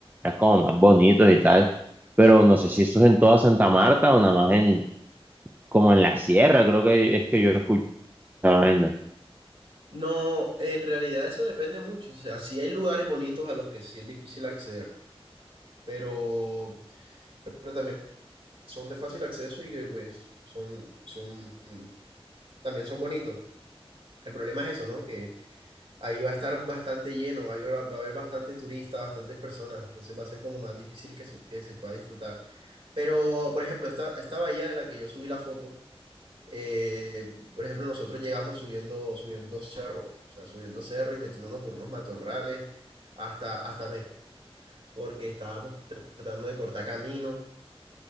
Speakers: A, on the right; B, on the right.
A: como más bonitos y tal. Pero no sé si eso es en toda Santa Marta o nada más en, como en la sierra, creo que es que yo he escuchado esa vaina.
B: No, en realidad eso depende mucho, o sea, sí hay lugares bonitos a los que sí es difícil acceder, pero, pero también son de fácil acceso y que pues son, son, mm, también son bonitos. El problema es eso, ¿no? Que ahí va a estar bastante lleno, ahí va, va a haber bastante turistas, bastantes personas, entonces va a ser como más difícil que, su- que se pueda disfrutar. Pero, por ejemplo, esta, esta bahía de la que yo subí la foto, eh, por ejemplo, nosotros llegamos subiendo, subiendo cerro, o sea, subiendo cerro y metiéndonos por unos matorrales hasta, hasta me- porque estábamos tratando de cortar camino.